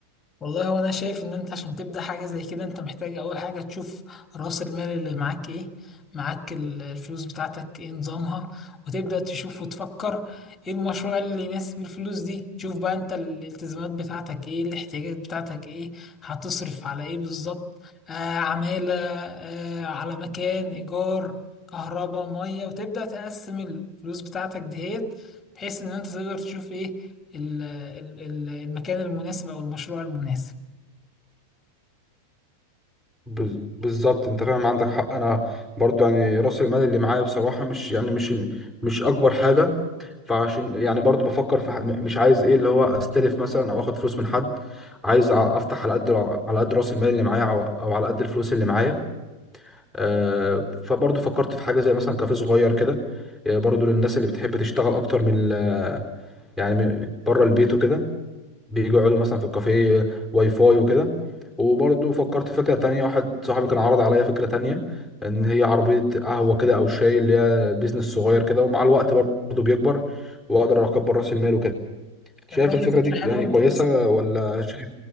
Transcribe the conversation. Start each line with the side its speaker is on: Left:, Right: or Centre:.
Left: والله وانا شايف ان انت عشان تبدا حاجه زي كده انت محتاج اول حاجه تشوف راس المال اللي معاك ايه معاك ال- الفلوس بتاعتك ايه نظامها وتبدا تشوف وتفكر ايه المشروع اللي يناسب الفلوس دي تشوف بقى انت الالتزامات بتاعتك ايه الاحتياجات بتاعتك ايه هتصرف على ايه بالظبط آه عماله آه على مكان ايجار كهرباء ميه وتبدا تقسم الفلوس بتاعتك ديت بحيث ان انت تقدر تشوف ايه ال- ال- ال- المكان المناسب او المشروع المناسب
Centre: بز- بالظبط انت فاهم عندك حق انا برضو يعني راس المال اللي معايا بصراحه مش يعني مش مش اكبر حاجه فعشان يعني برضو بفكر في ح- مش عايز ايه اللي هو استلف مثلا او اخد فلوس من حد عايز ع- افتح على قد على قد راس المال اللي معايا او او على قد الفلوس اللي معايا آه، فبرضو فكرت في حاجه زي مثلا كافيه صغير كده آه، برضو للناس اللي بتحب تشتغل اكتر من ال- يعني من- بره البيت وكده بيجوا يقعدوا مثلا في الكافيه واي فاي وكده وبرضه فكرت في فكرة تانية واحد صاحبي كان عرض عليا فكرة تانية إن هي عربية قهوة كده أو شاي اللي هي بيزنس صغير كده ومع الوقت برضه بيكبر وأقدر أكبر رأس المال وكده شايف
Left: والله
Centre: الفكرة
Left: هي فكرة
Centre: دي
Left: حلوة
Centre: يعني
Left: انت
Centre: كويسة
Left: بس
Centre: ولا شايف